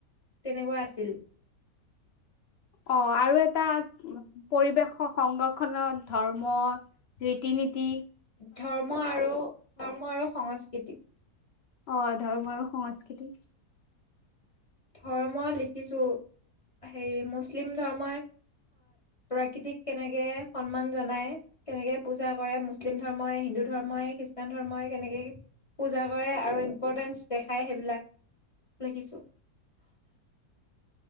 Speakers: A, on the left; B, on the left.
A: তেনেকুৱা আছিল।
B: অ', আৰু এটা পৰিৱেশ সংৰক্ষণত ধৰ্ম, ৰীতি-নীতি।
A: ধৰ্ম আৰু ধৰ্ম আৰু সংস্কৃতি।
B: অ', ধৰ্ম আৰু সংস্কৃতি।
A: ধৰ্ম লিখিছো হেৰি মুছলিম ধৰ্মই প্ৰকৃতিক কেনেকে সন্মান জনায়, কেনেকে পূজা কৰে, মুছলিম ধৰ্মই, হিন্দু ধৰ্মই, খ্ৰীষ্টান ধৰ্মই কেনেকে পূজা কৰে আৰু ইম্পৰ্টেঞ্চ দেখায় সেইবিলাক, লিখিছো।